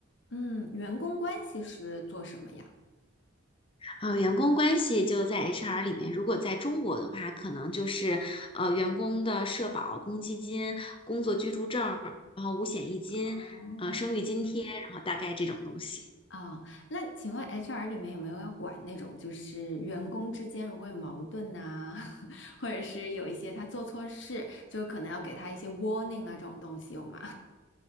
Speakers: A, on the left; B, on the left.
A: 嗯，员工关系是做什么呀？
B: 啊，员工关系就在 HR 里面，如果在中国的话，可能就是呃员工的社保、公积金、工作居住证然后五险一金、
A: 哦。
B: 呃生育津贴，然后大概这种东西。
A: 啊，那请问 HR 里面有没有要管那种，就是员工之间如果有矛盾呐、<laughs> 或者是有一些他做错事，就可能要给他一些 warning 啊这种东西有吗？